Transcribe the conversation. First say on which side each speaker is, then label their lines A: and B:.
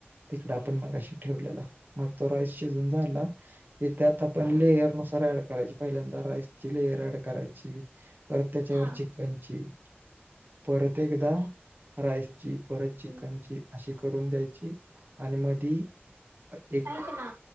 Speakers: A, on the right (about 50°); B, on the right (about 80°).
A: तिकड आपण मगाशी ठेवलेला मग तो राईस शिजवून झाला की त्यात आपण लेयरनुसार ऍड करायची पहिल्यांदा राईस ची लेयर ॲड करायची परत त्याच्यावर
B: हा
A: चिकन ची परत एकदा राईस ची परत चिकनची
B: हम्म
A: अशी करून द्यायची आणि मधी एक
B: ऐक ना